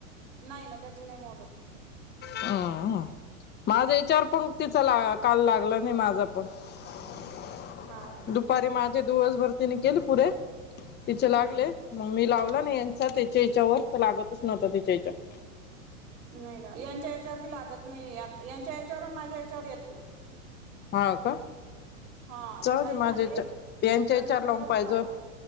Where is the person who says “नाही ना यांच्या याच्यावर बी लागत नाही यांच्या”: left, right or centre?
Right